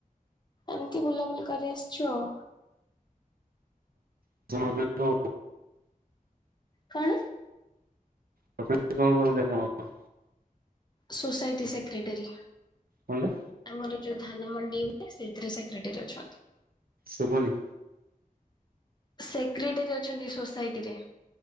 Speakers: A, on the left (about 30°); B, on the right (about 85°).
A: ଏମିତି ବୁଲାବୁଲି କରି ଆସିଛୁ ଆଉ।
B: <unintelligible>
A: କଣ?
B: <unintelligible> କଣ କରନ୍ତି ଆପଣ?
A: Society secretary.
B: କଣ୍ଟେ।
A: ଆମର ଯୋଉ ଧାନ ମଣ୍ଡି ହୁଏ ସେଥିରେ ସେକ୍ରେଟାରୀ ଅଛନ୍ତି।
B: ଶୁଭୁନି।
A: ସେକ୍ରେଟାରୀ ଅଛନ୍ତି ସୋସାଇଟି ରେ।